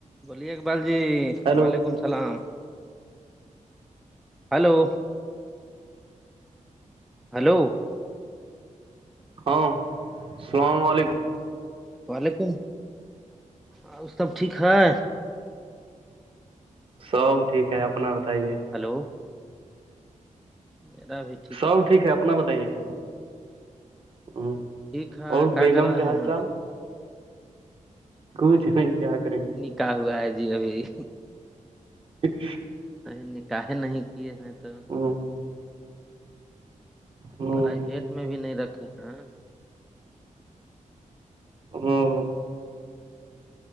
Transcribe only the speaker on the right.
ہیلو
ہاں السلام علیکم
سب ٹھیک ہے اپنا بتائیے
سب ٹھیک ہے اپنا بتائیے ہ
اور بیگم
کیا حال
چال کوچھیں کیا کریں گے
ٹھ
ہاں ہ
ہاں